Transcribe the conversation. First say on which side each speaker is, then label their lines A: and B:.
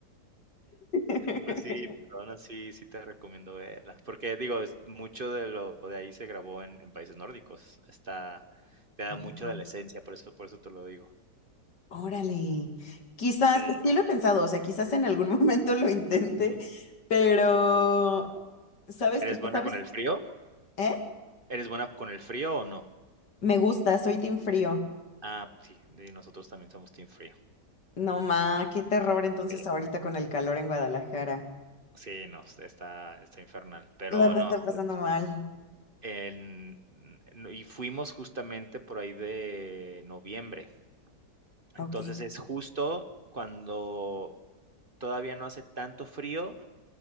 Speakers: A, on the left (about 80°); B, on the right (about 35°).
A: <laughs>
B: Pues sí, pero aún así sí te recomiendo verla, porque digo, es mucho de lo de ahí se grabó en en países nórdicos. Está te da
A: ¿A
B: mucho
A: poco?
B: de la esencia, por eso por eso te lo digo.
A: Órale. Quizás,
B: Sí, no.
A: sí lo he pensado, o sea, quizás en algún <laughs> momento lo intente,
B: Ujú.
A: pero ¿sabes
B: ¿Eres
A: qué?
B: buena
A: ¿Sabes?
B: con el frío?
A: ¿Eh?
B: ¿Eres buena con el frío o no?
A: Me gusta, soy team frío.
B: Ah, sí, y nosotros también somos team frío.
A: No, ma, qué terror entonces
B: Sí,
A: ahorita con el calor en Guadalajara.
B: sí, no, está está está infernal, pero
A: La han de
B: no,
A: estar
B: sí,
A: pasando mal.
B: en no, y fuimos justamente por ahí de noviembre. Entonces,
A: Ok.
B: es justo cuando Todavía no hace tanto frío,